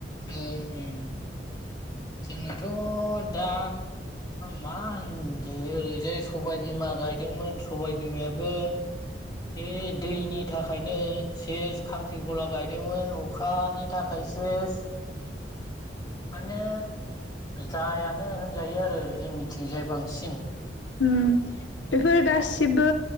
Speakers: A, on the left; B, on the left.
A: ओं ओं जोंनाथ' दा मा होन ओरैजाय सबाय बिमा गायदोंमोन सबाय बिमायाबो बे दैनि थाखायनो सेस खांख्रिखला गायदोंमोन अखानि थाखाय सेस माने जायानो होनजायो आरो जोंनि थिंजाय बांसिन
B: ओम बेफोर गासिबो